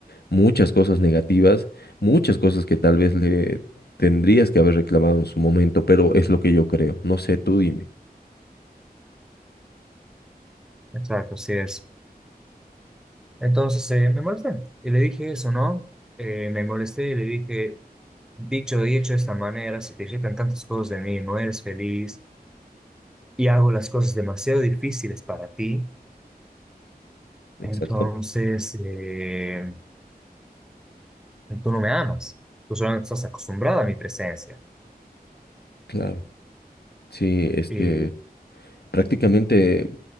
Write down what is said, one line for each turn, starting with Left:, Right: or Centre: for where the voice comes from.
Left: muchas cosas negativas, muchas cosas que tal vez le... tendrías que haber reclamado en su momento, pero es lo que yo creo. No sé, tú dime.
Centre: Exacto, así es. Entonces eh, me molesté y le dije eso, ¿no? Eh, me molesté y le dije, dicho y hecho de esta manera, se te quitan tantas cosas de mí, no eres feliz y hago las cosas demasiado difíciles para ti,
Left: Exacto.
Centre: entonces eh, tú no me amas, tú solamente estás acostumbrada a mi presencia.
Left: Claro. Sí, es
Centre: Y
Left: que prácticamente